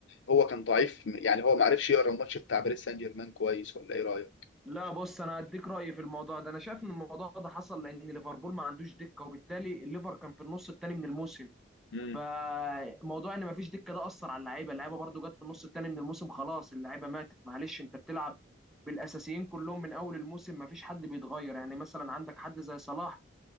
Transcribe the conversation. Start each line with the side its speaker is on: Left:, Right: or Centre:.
Left: هو كان ضعيف يعني هو ما عرفش يقرا الماتش بتاع باريس سان جيرمان كويس ولا ايه رايك
Centre: لا بص انا هديك رايي في الموضوع ده انا شايف ان الموضوع ده حصل لان ليفربول ما عندوش دكه وبالتالي الليفر كان في النص الثاني من الموسم
Left: مم.
Centre: فموضوع ان ما فيش دكه ده اثر على اللعيبه اللعيبه برضو جت في النص الثاني من الموسم خلاص اللعيبه ماتت معلش انت بتلعب بالاساسيين كلهم من اول الموسم ما فيش حد بيتغير يعني مثلا عندك حد زي صلاح